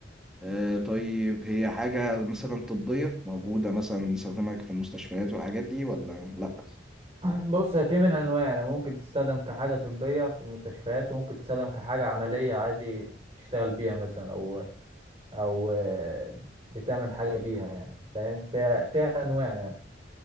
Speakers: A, in the centre; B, on the right (about 20°).
A: آه، طيب هي حاجة مثلا طبية موجودة مثلا نستخدمها في المستشفيات والحاجات دي ولا لأ؟
B: <clears throat> بص هي في منها أنواع يعني ممكن تستخدم كحاجة طبية في المستشفيات وممكن تستخدم كحاجة عملية عادي تشتغل بيها مثلا أو أو آه، بتعمل حاجة بيها يعني فاهم فيها فيها أنواع يعني